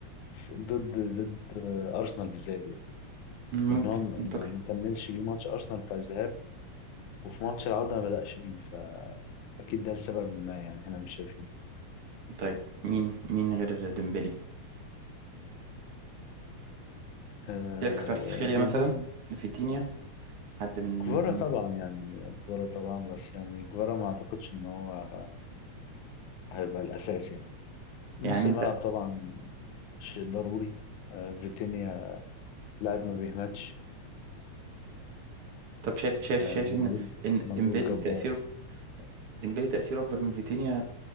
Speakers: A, on the left; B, on the right.
A: في- ضد ضد أرسنال بالذات يعني
B: ممكن
A: لأن هو ما
B: منطقي
A: ما كملش بيه ماتش أرسنال بتاع الذهاب وفي ماتش العودة ما بدأش بيه فأكيد ده لسبب ما يعني احنا مش شايفين
B: طيب مين مين غير ديمبلي
A: آه
B: شايف كفاراتسخيليا
A: يعني
B: مثلا فيتينيا حد من
A: كفارة طبعا يعني كفارة طبعا بس يعني كفارة ما أعتقدش إن هو هيبقى الأساس يعني نص
B: يعني
A: الملعب
B: أنت
A: طبعا شيء ضروري آه، فيتينيا لاعب ما بيهمتش
B: طب شايف شايف
A: آه،
B: شايف
A: مجهود
B: إن إن
A: مجهود
B: ديمبلي
A: جبار
B: تأثيره
A: يعني
B: ديمبلي تأثيره أكبر من فيتينيا